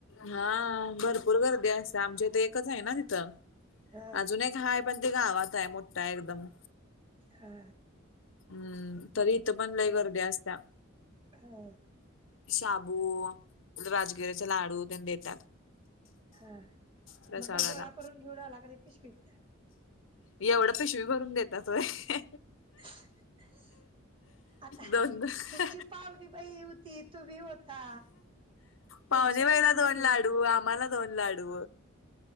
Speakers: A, on the left (about 75°); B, on the right (about 25°).
A: हा भरपूर गर्दी असत्या आमच्या ईत एकच हाय ना तिथं
B: ह
A: अजून एक हाय पण ते गावात हाय मोठ हाय एकदम
B: हा
A: हू तरी इथं पण लई गर्दी असत्या
B: हा
A: शाबू राजगिरी्याचे लाडू तेन देतात
B: हा
A: प्रसादाला
B: मग काही गोळा करून घेऊन आला का नाही पिशवीतन
A: एवढं पिशवी भरून देतात व्हय
B: <inaudible>
A: दोन दोन
B: तुमची पाहुणी बाई होती तुम्ही होता
A: पावणेबाईला
B: तुमची मम्मी
A: दोन लाडू आम्हाला दोन लाडू